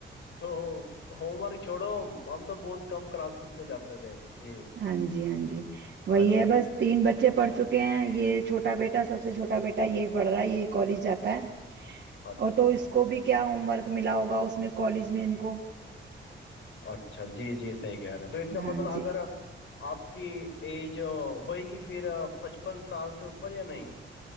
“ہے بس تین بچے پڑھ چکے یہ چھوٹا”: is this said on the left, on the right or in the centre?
Right